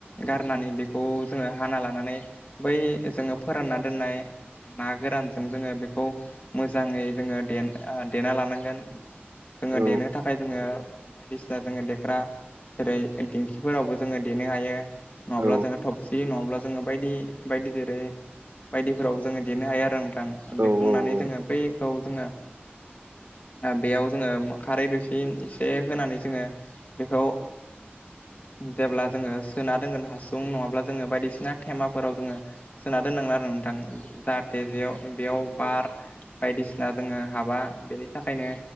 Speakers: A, on the left; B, on the right.
A: गारनानै बेखौ जोङो गारना लानानै बै जोङो फोरानना दोननाय ना गोरानजों जोङो बेखौ मोजाङै जोङो देना लानांगोन। जोङो
B: औ
A: देनो थाखाय जोङो बायदिसिना जोङो देग्रा जेरै दिंखिफोरावबो जोङो देनो हायो। नंङाब्ला
B: औ
A: जोंङो थबसि नङाब्ला जोंङो बायदि बायदि जेरै बायदिफोराव जोंङो देनो हायो आरो नोंथां
B: औ
A: देखांनानै जोंङो बैखौ जोंङो बेयाव जोंङो खारै बेसि एसे होनानै जोंङो बेखौ जेब्ला जोंङो सोना दोनगोन हासुं नङाब्ला जोंङो बायदिसिना तेमाफोराव जोंङो सोना दोन आरो नोंथां जाहाथे जे बेयाव बार बायदिसिना जोंङो हाबा बेनि थाखायनो